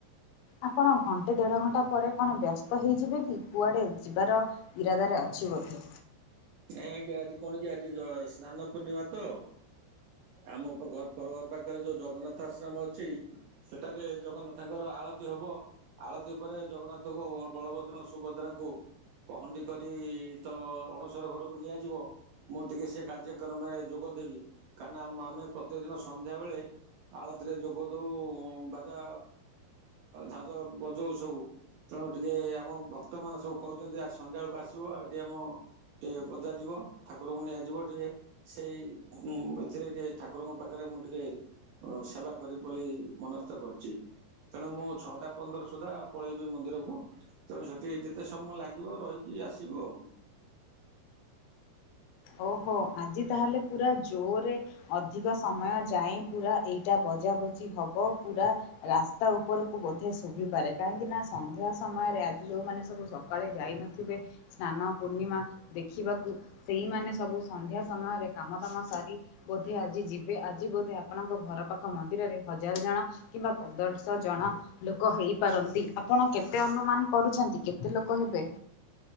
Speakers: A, on the left; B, on the right.
A: ଆପଣ ଘ ଣ୍ଟେ ଦେଢ଼ ଘଣ୍ଟା ପରେ କଣ ବ୍ୟସ୍ତ ହେଇଯିବେ କି କୁଆଡ଼େ ଯିବାର ଇରାଦାରେ ଅଛି ବୋଧେ।
B: ନାଇଁ ଆଜ୍ଞା ଆଜି କଣ କି ଆଜି ଜୟ ସ୍ନାନ ପୂର୍ଣ୍ଣିମା ତ। ଆମ ଘ ପର ଘର ପାଖରେ ଯୋଉ ଜଗନ୍ନାଥ ଆଶ୍ରମ ଅଛି। ସେଠାରେ ଜଗନ୍ନାଥଙ୍କର ଆଳତି ହବ। ଆଳତି ପରେ ଜଗନ୍ନାଥଙ୍କୁ ବଳଭଦ୍ର ସୁଭଦ୍ରାଙ୍କୁ ପହଣ୍ଡି କରି ତ ଅଣସର ଘରକୁ ନିଆଯିବ। ମୁଁ ଟିକେ ସେ କାର୍ଯ୍ୟକ୍ରମରେ ଯୋଗଦେବି କାନା ଆମ ଆମେ ପ୍ରତେକ ଦିନ ସନ୍ଧ୍ୟାବେଳେ ଆଳତିରେ ଯୋଗ ଦଉ ବାଜା ଝାଞ୍ଜ ବଜଉ ସବୁ। ତେଣୁ ଟିକେ ଆମ ଭକ୍ତ ମାନେ ସବୁ କହୁଛନ୍ତି ଆ ସନ୍ଧ୍ୟା ବେଳକୁ ଆସିବ ଆଉ ଏଠି ଆମ ଟିକେ ବଜା ଯିବ ଠାକୁରଙ୍କୁ ନିଆଯିବ ଟିକେ। ସେଇ ଉ ଏଥିରେ ଟିକେ ଠାକୁରଙ୍କ ପାଖରେ ମୁଁ ଟିକେ ସେବା କରିବି ବୋଲି ମନସ୍ଥ କରିଛି। ତେଣୁ ମୁଁ ଛଅଟା ପନ୍ଦର ସୁଦ୍ଧା ପଳେଇବି ମନ୍ଦିରକୁ। ତେଣୁ ସେଠି ଯେତେ ସମୟ ଲାଗିବ ରହିକି ଆସିବୁ ଅଉ।
A: ଓହୋ ଆଜି ତାହେଲେ ପୁରା ଜୋରରେ ଅଧିକ୍ ସମୟ ଯାଏ ପୁରା ଏଇଟା ବଜାବଜି ହବ ପୁରା ରାସ୍ତା ଉପରକୁ ବୋଧେ ଶୁଭିପାରେ କାହିଁକି ନା ସନ୍ଧ୍ୟା ସମୟରେ ଆଜି ଯୋଉମାନେ ସବୁ ସ ସକାଳେ ଯାଇ ନଥିବେ ସ୍ନାନ ପୂର୍ଣ୍ଣିମା ଦେଖିବାକୁ। ସେଇମାନେ ସବୁ ସନ୍ଧ୍ୟା ସମୟରେ କାମ ଦାମ ସାରି ବୋଧେ ଆଜି ଯିବେ ଆଜି ବୋଧେ ଆପଣଙ୍କ ଘର ପାଖ ମନ୍ଦିରରେ ହଜାର ଜଣ କିମ୍ବା ପନ୍ଦରସ ଶ ଜଣ ଲୋକ ହେଇପାରନ୍ତି ଆପଣ କେତେ ଅନୁମାନ କରୁଛନ୍ତି କେତେ ଲୋକ ହେବେ?